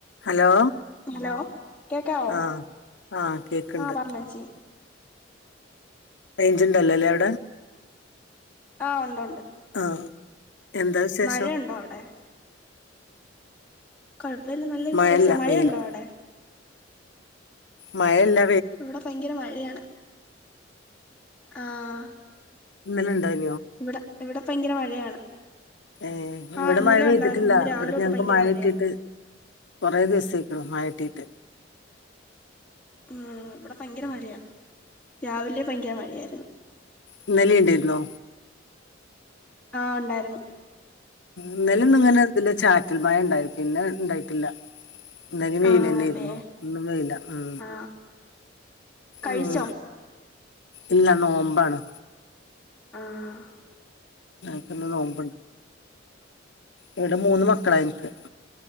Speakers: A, on the left; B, in the centre.
A: Hello
B: hello കേക്കാവോ
A: ആഹ് ആഹ് കേക്ക്ണ്ട്
B: ആഹ് പറഞ്ഞോച്ചി
A: റെയ്ഞ്ച് ഉണ്ടല്ലോ അല്ലേ അവിടെ
B: ആഹ് ഉണ്ട് ഉണ്ട്
A: ആഹ് എന്താ വിശേഷം
B: മഴയുണ്ടോ അവിടെ കുഴപ്പമില്ലാ നല്ല വിശേഷം
A: മഴല്ല
B: മഴയുണ്ടോ
A: വെയില്
B: അവിടെ
A: മയല്ല
B: ഇവിടെ ഭയങ്കര മഴയാണ് ആഹ്
A: ഇന്നലെ ഇണ്ടായ്
B: ഇവിടെ ഇവിടെ ഭയങ്കര മഴയാണ്
A: ഏ
B: ആ
A: ഇവിടെ
B: ഇന്നലെ
A: മഴ പെയ്തിട്ടില്ല
B: ഉണ്ടായിരുന്നു ഇന്ന് രാവിലെ
A: ഇവിടെ
B: തൊട്ട്
A: ഞങ്ങക്ക്
B: ഭയങ്കര
A: മഴ
B: മഴയാ
A: കിട്ടിട്ട് കുറെ ദിവസായ്ക്ണ് മയകിട്ടീട്ട്
B: ഉം ഇവിടെ ഭയങ്കര മഴയാ രാവിലെ ഭയങ്കര മഴയായിരുന്നു
A: ഇന്നലിണ്ടേര്ന്നോ
B: ആഹ് ഉണ്ടായിരുന്നു
A: ഇന്നലുംന്ന
B: ഉം
A: ഇങ്ങനെ ഇതില് ചാറ്റൽ മഴ ഉണ്ടായി പിന്നെ ഇണ്ടായിട്ടില്ല ഇന്നെലിം വെയിലന്നേര്ന്നു
B: ആണല്ലേ
A: ഇന്നും വെയില ഉം
B: ആ കഴിച്ചോ
A: ഉം ഇല്ല നോമ്പാണ്
B: ആഹ്
A: ഞങ്ങക്ക് ന്ന് നോമ്പ്ണ്ട് ഇവിടെ മൂന്ന് മക്കളായിൻക്ക്